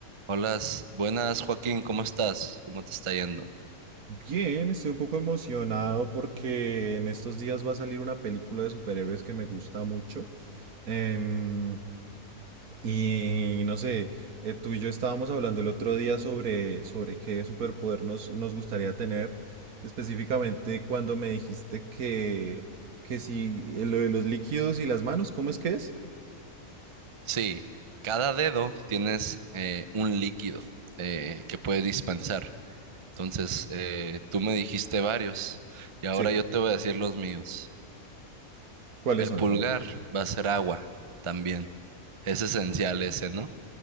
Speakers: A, on the right; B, on the right.
A: Hola, buenas Joaquín, ¿cómo estás? ¿Cómo te está yendo?
B: Bien, estoy un poco emocionado porque en estos días va a salir una película de superhéroes que me gusta mucho. Em, y no sé, eh, tú y yo estábamos hablando el otro día sobre, sobre qué superpoder nos, nos gustaría tener, específicamente cuando me dijiste que, que si eh, lo de los líquidos y las manos, ¿cómo es que es?
A: Sí, cada dedo tienes eh, un líquido eh, que puede dispensar. Entonces, eh, tú me dijiste varios y ahora
B: Sí.
A: yo te voy a decir los míos.
B: ¿Cuáles
A: El
B: son?
A: pulgar
B: A ver.
A: va a ser agua también. Es esencial ese, ¿no?